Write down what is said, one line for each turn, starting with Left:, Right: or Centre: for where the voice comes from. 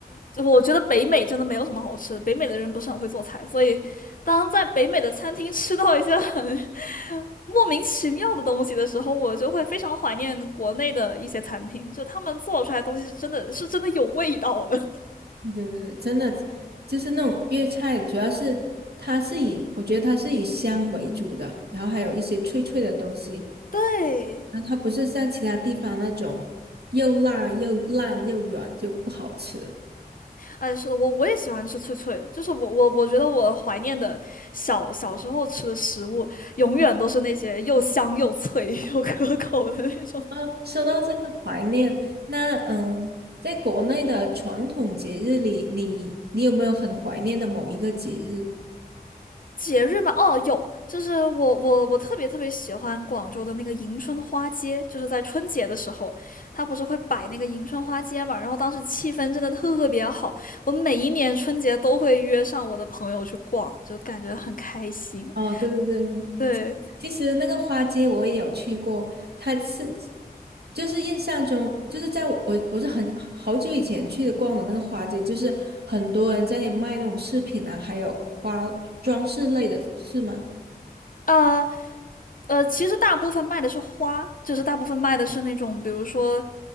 Left: 就我觉得北美真的没有什么好吃的，北美的人不是很会做菜，所以当在北美的餐厅吃到一些很 <laughs> 莫名其妙的东西的时候，我就会非常怀念国内的一些餐厅，就他们做出来的东西是真的是真的有味道的。
Right: 对对对，真的就是那种粤菜，主要是它是以我觉得它是以香为主的，然后还有一些脆脆的东西，
Left: 对，
Right: 然后它不是像其他地方那种又辣又烂又软就不好吃。
Left: 哎，是的，我我也喜欢吃脆脆的，就是我我我觉得我怀念的小小时候吃的食物，永远都是那些又香又脆 <laughs> 又可口的那种。
Right: 哦，说到这个怀念，那嗯，在国内的传统节日里，你你有没有很怀念的某一个节日？
Left: 节日嘛，哦，有，就是我我我特别特别喜欢广州的那个迎春花街，就是在春节的时候，它不是会摆那个迎春花街嘛，然后当时气氛真的特别好，我每一年春节都会约上我的朋友去逛，就感觉很开心。
Right: 哦，对对对，
Left: 对。
Right: 其实那个花街我也有去过，它是就是印象中，就是在我我是很好久以前去的逛的那个花街，就是很多人在那里卖那种饰品啊，还有花装饰类的，是吗？
Left: 呃。呃，其实大部分卖的是花，就是大部分卖的是那种，比如说，